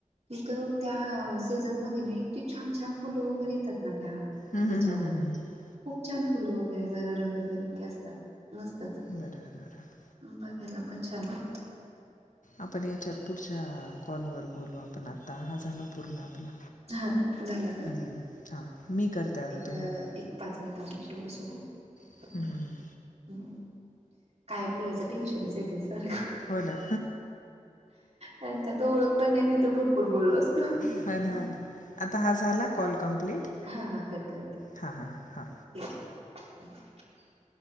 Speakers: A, on the right; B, on the left.
A: तथ त्या सीझन म ना छान छान फुलं वगैरे येतात ना त्या
B: हं,
A: त्याच्यावर
B: हं, हं, हं, हं.
A: खूप छान फुलं वगैरे रंगबेरंगी असतात मस्तच
B: बरं बरं बरं
A: बघायला पण छान
B: आपण याच्यावर पुढच्या कॉलवर बोलू आपण आता हा झाला पूर्ण आपला
A: हा झालं का
B: हं, हं. हां मी करते आता
A: एक
B: तू म्हणा
A: एक पाच मिनिटापासून सुरू असू द्या आपण
B: हं, हं, हं.
A: काय बोलायचं टेन्शनच येतय सारखं
B: हो ना
A: आणि त्यात ओळख पण नाही नाही तर भरपूर बोललोस
B: हा ना हा ना आता हा झाला कॉल कंप्लीट.
A: हा हा कट करते
B: हा हा हा.
A: ठीक <inaudible>